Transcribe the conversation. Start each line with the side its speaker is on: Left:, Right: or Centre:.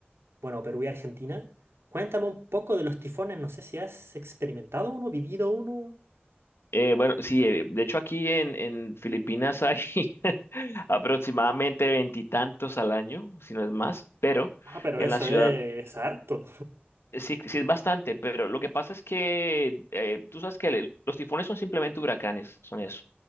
Right: bueno, Perú y Argentina. Cuéntame un poco de los tifones, no sé si has experimentado uno, vivido uno.
Left: Eh, bueno, sí, eh, de hecho aquí en, en Filipinas hay <laughs> aproximadamente veintitantos al año, si no es más, pero
Right: Ah, pero
Left: en
Right: eso
Left: la ciudad
Right: es, es harto.
Left: eh, Sí, sí es bastante, pero lo que pasa es que eh, tú sabes que le- los tifones son simplemente huracanes, son eso.